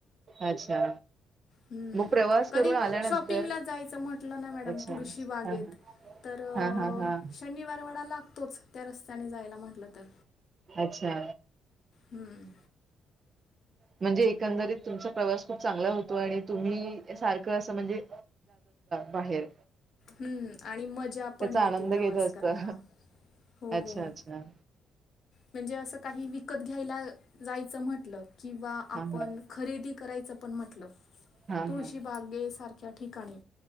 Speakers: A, on the right; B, on the left.
A: अच्छा
B: हम्म
A: मग प्रवास
B: कधी
A: करून आल्यानंतर
B: शॉपिंगला जायचं म्हटलं ना मॅडम
A: अच्छा
B: तुळशी बागेत
A: हा हा
B: तर
A: हा हा हा
B: शनिवार वडा लागतोच त्या रस्त्याने जायला म्हटलं तर
A: अच्छा
B: हम्म
A: म्हणजे एकंदरीत तुमचा प्रवास खूप चांगला होतो आणि तुम्ही सारखं अस म्हणजे बाहेर
B: हम्म आणि मजा
A: त्याचा
B: पण येते
A: आनंद
B: प्रवास
A: घेत असता
B: करायला हो
A: अच्छा अच्छा
B: म्हणजे अस काही विकत घ्यायला जायचं म्हटलं किं आपण
A: हा हा
B: खरेदी करायचं पण म्हटलं
A: हा
B: तुळशी
A: हा
B: बागे सारख्या ठिकाणी